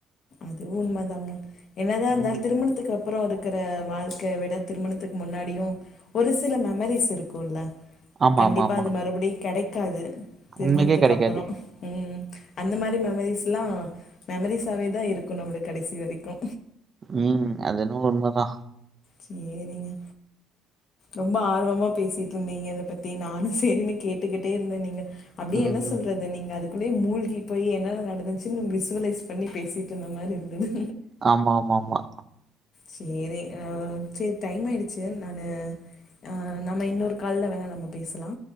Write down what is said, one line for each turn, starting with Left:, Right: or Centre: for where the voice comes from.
Left: அது உண்மதாங்க என்னதா இருந்தாலு
Right: ம்.
Left: திருமணத்துக் கு அப்பறோ இருக்குற வாழ்க்கைய விட திருமணத்துக்கு முன்னாடியு ஒரு சில மெமரிஸ் இருக்குல
Right: ஆமா,
Left: கண்டிப்பா
Right: ஆமா, ஆமா.
Left: அது மறுபடியு கெடைக்காது திருமணத்துக்கு
Right: உண்மைக்கே கிடைக்காது.
Left: அப்றோ ம் அந்த மாரி மெமரிஸ்லா மெமரிஸாவேதா இருக்கு நம்பளுக் கடைசி வரைக்கு
Right: ம் அது என்னவோ உண்மதா
Left: சேரிங்க ரொம்ப ஆர்வமா பேசிட்ருந்தீங்க அத பத்தி நானு செரின்னு கேட்டுக்கிட்டே இருந்த நீங்க அப்டியே
Right: ம்ஹ்ம்.
Left: என்ன சொல்றது நீங்க அது அப்டியே மூழ்கி போய் என்னலா நடந்துச்சுன் விசுவலைஸ் பண்ணி பேசிட்டு இருந்த மாரி இருந்துது
Right: ஆமா ஆமா ஆமா
Left: சேரி ஆ செரி டைம் ஆயிடுச்சு நானு ஆ நம்ப இன்னொரு கால்ல வேணா நம்ப பேசலா